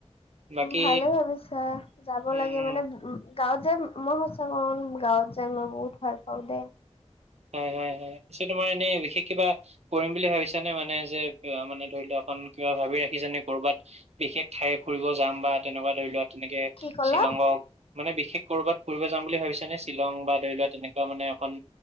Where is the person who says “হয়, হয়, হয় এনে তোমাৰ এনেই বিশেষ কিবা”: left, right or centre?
Right